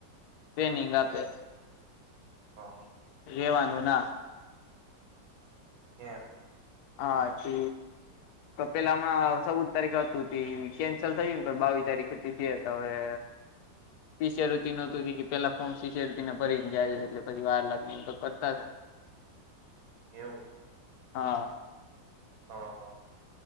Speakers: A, on the left (about 70°); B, on the right (about 55°).
A: ટ્રેનિંગ આપે
B: એવું. હા
A: રેવાનું ના
B: એમ
A: હાચુ પેલા હમણાં ચૌદ તારીખ હતું તે કેન્સલ થયું ને તો બાવી તારીખ હતી. <unintelligible> અવે શિષ્ય ઋુ નું હતું કે પેલા ફોર્મ શિષ્ય ઋુ ને ભરીને જાયજ એટલે પછી વાર લાગને એમ તો કરતા
B: એવું છે.
A: હા
B: હાં.